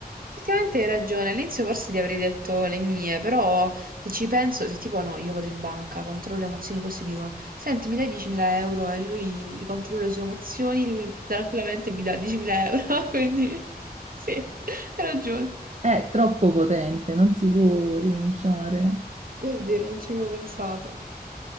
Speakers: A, on the right; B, on the right.
A: Effettivamente hai ragione, all'inizio forse ti avrei detto le mie, però se ci penso, se tipo no, io vado in banca, controllo le emozioni così, dico, senti, mi dai 10.000 euro e lui li controlla le sue emozioni, lui tranquillamente mi dà 10.000 euro, <laughs> quindi sì, hai ragione.
B: È troppo potente, non si può rinunciare.
A: È vero, non ci avevo pensato.